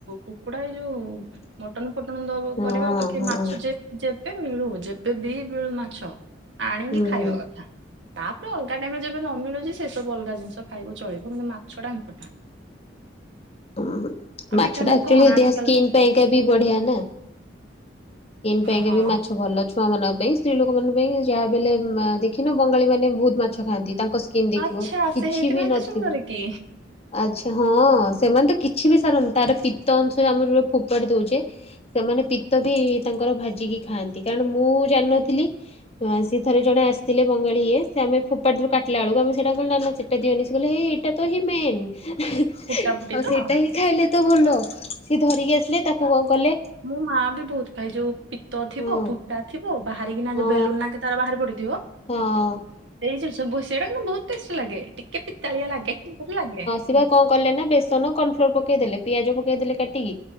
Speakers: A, on the right; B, on the left.
A: କୁକୁଡା ଏ ଯୋଉ ମଟନ ପସନ୍ଦ
B: ହଁ
A: କରିବା ପାକି
B: ହଁ।
A: ମାଛ ଯେବେ ମିଳୁ ଯେବେ ବି ମିଳୁ ମାଛ ଆଣିକି
B: ହୁଁ
A: ଖାଇବ କ ତାପରେ ଅଲଗା ଟାଇମ ଯେବେ ନ ମିଳୁଛି ସେ ସବୁ ଅଲଗା ଜିନିଷ ଖାଇବ ଚଳିବ କିନ୍ତୁ ମାଛଟା <unintelligible>
B: ହଁ
A: ଆଉ
B: ମାଛ
A: ଭିଟାମିନ୍
B: ଟା ଆକ୍ଚୁଆଲି
A: କଣ ଆଜିକାଲି
B: ଦେହ ସ୍କିନ୍
A: ତ
B: ପାଇଁକା ବି ବଢିଆ ନା। ସ୍କନ୍ ପାଇଁକା
A: ହଁ
B: ବି ମାଛ ଭଲ ଅଛ ଛୁଆ ମାନଙ୍କ ପାଇଁ ସ୍ତ୍ରୀ ଲୋକ ମାନଙ୍କ ପାଇଁ ଯାହା ବି ହେଲେ ଦେଖିନ ବଙ୍ଗାଳୀ ମାନେ ବହୁତ ମାଛ ଖାଆନ୍ତି। ତାଙ୍କ ସ୍କିନ୍ ଦେଖିବ
A: ଆଚ୍ଛା
B: କିଛି
A: ସେ ହେଇଥିପାଇଁ
B: ବି
A: ଏତେ
B: ନଥିବ।
A: ସୁନ୍ଦର କି
B: ଆଚ୍ଛା ହଁ ଅସେମାନେ ତ କିଛି ବି ସାରନି ତାର ପିତ୍ ଅଂଶ ଆମର ଫୋପାଡି ଦଉଛେ। ସେମାନେ ପିତ୍ତ ବି ତାଙ୍କର ଭାଜିକି ଖାଆନ୍ତି କାରଣ ମୁଁ ଜାଣିନଥିଲି ହଁ ସେ ଥରେ ଜଣେ ଆସିଥିଲେ ବଙ୍ଗାଳି ଇଏ ଆମେ ଫୋପାଡି ଥିଲୁ <unintelligible> <inaudible> ଏଇଟା ତ ହିଁ ମେନ୍ ଆଉ
A: ଫୁଟା ଫୁଟି ତ?
B: ସେଇଟା ହିଁ ଖାଇଲେ ତ ଭଲ। ସିଏ ଧରିକି ଆସିଲେ ତାକୁ କଣ କଲେ?
A: ମୁଁ ମାଆ ବି <unintelligible> ଭାଇ ଯୋଉ ପିତ ଥିବ
B: ହଁ
A: ଫୁଟା ଥିବ ବାହାରିକିନା
B: ହଁ
A: ଯୋଉ ବେଲୁନ ନା ତାର ବାହାରି ପଡିଥିବ।
B: ହଁ ହିଁ।
A: ସେଇ ଜିନିଷ <unintelligible> ସେଗୁଡାକ ବହୁତ ଟେଷ୍ଟ ଲାଗେ ଟିକେ ପିତାଳିଆ ଲାଗେ କି ଲାଗେ।
B: ସେ କଣ କଲେ ନା ବେସନ କର୍ଣଫ୍ଲୋର ପକେଇଦଲେ ପିଆଜ ପକେଇ ଦେଲେ କାଟିକି